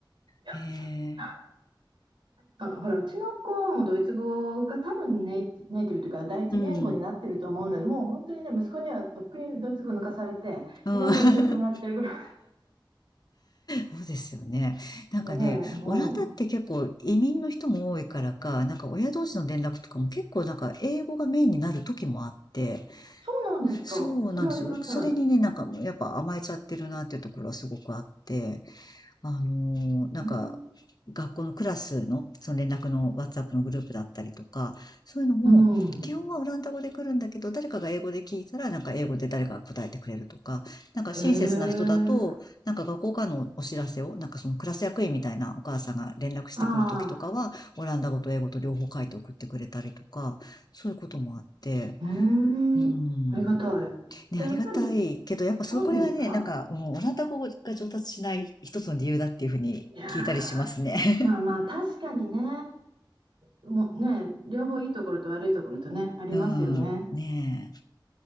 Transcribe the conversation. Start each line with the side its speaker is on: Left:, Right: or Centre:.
Right: いや、
Left: へ
Right: どうなん
Left: え、
Right: あ、ほら、うちの子もドイツ語が多分ネイ、ネイティブというか第一言語になってると思うので、
Left: うん、うん。
Right: もう本当にね、息子にはとっくにドイツ語抜かされて、
Left: <laughs>
Right: いろいろ教えてもらってるぐらい。
Left: そうですよね。なんかね、
Right: ええ、もう、
Left: オランダって結構移民の人も多いからか、なんか親同士の連絡とかも結構なんか英語がメインになる時もあって、
Right: そうなんですか。
Left: そうなんですよ。
Right: それありがたい。
Left: それにね、なんかもうやっぱ甘えちゃってるなっていうところはすごくあって、あのーなんか、
Right: へえ
Left: 学校のクラスの、その連絡の WhatsApp のグループだったりとか、そういうのも、
Right: うん。
Left: 基本はオランダ語で来るんだけど、誰かが英語で聞いたら、なんか英語で誰かが答えてくれるとか、なんか親切な人だと、
Right: へえ。
Left: なんか学校からのお知らせを、なんかそのクラス役員みたいなお母さんが連絡してくる時とかは、
Right: ああ、
Left: オランダ語と英語と両方書いて送ってくれたりとか、そういうこともあって、
Right: うーん。
Left: うん。
Right: ありがたい。
Left: ね、
Right: じゃあ、
Left: ありがたいけど、
Right: やっぱり
Left: やっぱそこれはね、
Right: 多いんですか
Left: なんか、うん、オランダ語が上達しない一つの理由だっていうふうに聞いたりしますね。
Right: いや
Left: <laughs>
Right: ーまあまあ、確かにね、もうね、両方いいところと悪いところとね、ありますよね。
Left: うん。ね